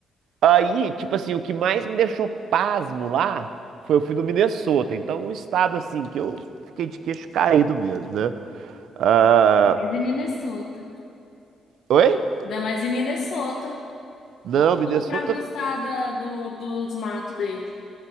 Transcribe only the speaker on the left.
mas em Minnesota.
Ainda mais em Minnesota.
Ou
pra gostar da- do, dos matos dele.